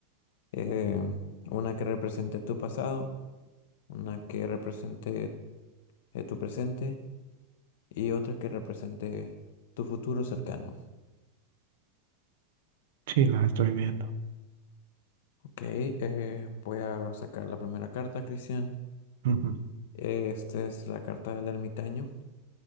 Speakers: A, on the left; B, on the right.
A: Eh, una que represente tu pasado, una que represente eh, tu presente y otra que represente tu futuro cercano.
B: Sí, las estoy viendo.
A: Ok, eh, voy a sacar la primera carta, Cristian.
B: Ujú.
A: Eh, esta es la carta del ermitaño.